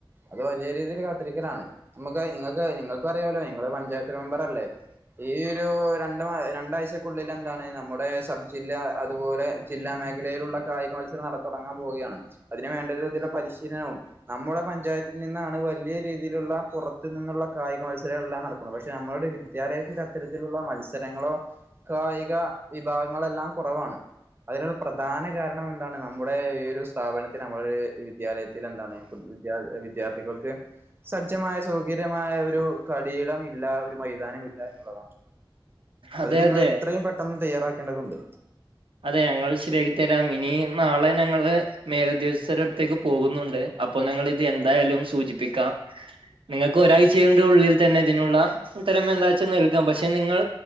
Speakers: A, on the right; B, on the right.
A: അത് വലിയ രീതിയിൽ കാത്തിരിക്കലാണ് നമുക്ക് നിങ്ങൾക്ക് നിങ്ങൾക്ക് അറിയല്ലോ നിങ്ങള് പഞ്ചായത്ത് മെമ്പറല്ലേ ഈ ഒരു രണ്ട് മാ രണ്ടാഴ്ചക്കുള്ളിൽ എന്താണ് നമ്മുടെ സബ്ജില്ല അതുപോലെ ജില്ലാ മേഖലയിലുള്ള കായിക മത്സരം നട തുടങ്ങാൻ പോവുകയാണ് അതിന് വേണ്ട ഒരുതിള്ള പരിശീലനവും നമ്മുടെ പഞ്ചായത്തിൽ നിന്നാണ് വലിയ രീതിയിലുള്ള പുറത്തു നിന്നുള്ള കായിക മത്സരങ്ങളെല്ലാം നട പക്ഷെ നമ്മളുടെ വിദ്യാലയത്തില് അത്തരത്തിലുള്ള മത്സരങ്ങളോ കായിക വിഭാഗങ്ങളെല്ലാം കൊറവാണ് അതിനൽ പ്രധാന കാരണം എന്താണ് നമ്മുടെ ഈ ഒരു സ്ഥാപനത്തിന് നമ്മ വിദ്യാലയത്തിൽ എന്താണ് വിദ്യാ വിദ്യാർത്ഥികൾക്ക് സജ്ജമായ സൗകര്യമായ ഒരു കടിയിടം ഇല്ല ഒരു മൈതാനംല്ല ല്ല എന്നുള്ളതാണ്
B: അതെ
A: അത് നിങ്ങ
B: അതെ
A: എത്രയും പെട്ടെന്ന് തയ്യാറാക്കേണ്ടതുണ്ട്
B: അതെ ഞങ്ങൾ ശരിയാക്കക്ക് തരാം ഇനി നാളെ ഞങ്ങള് മേലുദ്യോഗസ്ഥരു അടുത്തേക്ക് പോകുന്നുണ്ട് അപ്പൊ ഞങ്ങൾ ഇത് എന്തായാലും സൂചിപ്പിക്കാം നിങ്ങൾക്ക് ഒരാഴ്ചന്റെ ഉള്ളിൽ തന്നെ ഇതിനുള്ളത്തരം എന്താച്ചാൽ നൽകാം പക്ഷെ നിങ്ങൾ